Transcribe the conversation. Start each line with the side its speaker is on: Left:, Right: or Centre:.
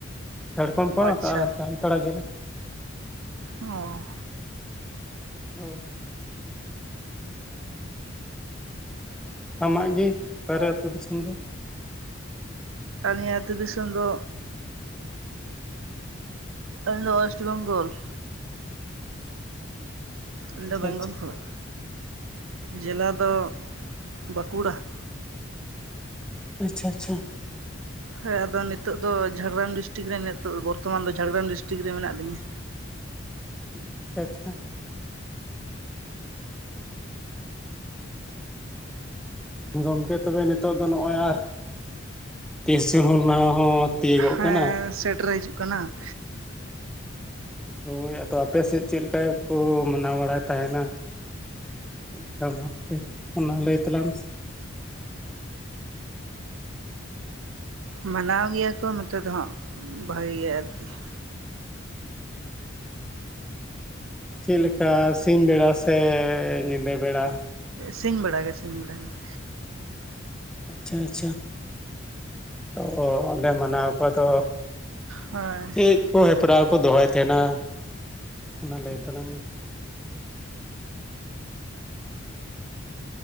Centre: ᱡᱷᱟᱲᱠᱷᱚᱸᱰ
Right: ᱚ
Centre: ᱯᱚᱱᱚᱛ
Right: ᱟᱪᱪᱷᱟ
Centre: ᱟᱨ ᱡᱟᱢᱛᱟᱲᱟ ᱡᱤᱞᱟ᱾
Right: ᱚ
Centre: ᱦᱮᱸ᱾ ᱟᱢᱟᱜ ᱜᱮ ᱚᱠᱟᱨᱮ ᱟᱛᱩ ᱫᱤᱥᱚᱢ ᱫᱚ?
Right: ᱟᱹᱞᱤᱧᱟᱜ ᱟᱹᱛᱩ ᱫᱤᱥᱚᱢ ᱫᱚ, ᱟᱞᱤᱧ ᱫᱚ ᱣᱮᱥᱴ ᱵᱮᱝᱜᱚᱞ, ᱟᱹᱞᱤᱧ
Centre: ᱟᱪᱪᱷᱟ
Right: ᱫᱚ ᱵᱮᱝᱜᱚᱞ
Centre: ᱟᱪᱪᱷᱟ
Right: ᱠᱷᱚᱡ ᱡᱮᱞᱟ ᱫᱚ ᱵᱟᱸᱠᱩᱲᱟ ᱾
Centre: ᱟᱪᱷᱟ ᱟᱪᱷᱟ᱾
Right: ᱦᱮᱸ ᱟᱫᱚ ᱱᱤᱛᱚᱜ ᱫᱚ ᱡᱷᱟᱲᱜᱨᱟᱢ ᱰᱤᱥᱴᱤᱠ ᱨᱮ ᱱᱤᱛᱚᱜ ᱫᱚ ᱵᱚᱨᱛᱚᱢᱟᱱ ᱫᱚ ᱡᱷᱟᱲᱜᱨᱟᱢ ᱰᱤᱥᱴᱤᱠ ᱨᱮ ᱢᱮᱱᱟᱜ ᱞᱤᱧᱟᱹ᱾
Centre: ᱟᱪᱪᱷᱟ ᱟᱪᱪᱷᱟ᱾ ᱜᱚᱢᱠᱮ ᱛᱚᱵᱮ ᱱᱤᱛᱚᱜ ᱫᱚ ᱱᱚᱜᱼᱚᱭ ᱟᱨ ᱛᱤᱨᱤᱥᱟ ᱡᱩᱱ ᱦᱩᱞ ᱢᱟᱦᱟ ᱦᱚᱸ ᱛᱤᱭᱳᱜᱚᱜ
Right: ᱦᱮᱸ
Centre: ᱠᱟᱱᱟ
Right: ᱥᱮᱴᱮᱨ ᱦᱤᱡᱩᱜ ᱠᱟᱱᱟ ᱾
Centre: ᱦᱳᱭ ᱟᱫᱚ ᱟᱯᱮ ᱥᱮᱫ ᱪᱮᱫ ᱞᱮᱠᱟ ᱠᱚ ᱢᱟᱱᱟᱣ ᱵᱟᱲᱟᱭ ᱛᱟᱦᱮᱱᱟ? <unintelligible> ᱚᱱᱟ ᱞᱟᱹᱭ ᱛᱟᱞᱟᱝ ᱢᱮ ᱥᱮ ᱾
Right: ᱢᱟᱱᱟᱣ ᱜᱮᱭᱟ ᱠᱚ ᱱᱚᱛᱮ ᱫᱚ ᱦᱟᱸᱜ ᱵᱷᱟᱜᱤ ᱜᱮ ᱟᱨᱠᱤ ᱾
Centre: ᱪᱮᱫ ᱞᱮᱠᱟ ᱥᱤᱧ ᱵᱮᱲᱟ ᱥᱮ ᱧᱤᱫᱟᱹ ᱵᱮᱲᱟ?
Right: ᱥᱤᱧ ᱵᱮᱲᱟ ᱜᱮ ᱥᱤᱧ ᱵᱮᱲᱟ ᱜᱮ ᱾
Centre: ᱟᱪᱪᱷᱟ ᱟᱪᱪᱷᱟ ᱛᱚ ᱚᱸᱰᱮ ᱢᱟᱱᱟᱣ ᱠᱚ ᱟᱫᱚ
Right: ᱦᱳᱭ
Centre: ᱪᱮᱫ ᱠᱚ ᱦᱮᱯᱨᱟᱣ ᱠᱚ ᱫᱚᱦᱚᱭ ᱛᱟᱦᱮᱱᱟ ᱚᱱᱟ ᱞᱟᱹᱭ ᱛᱟᱞᱟᱝ ᱢᱮ?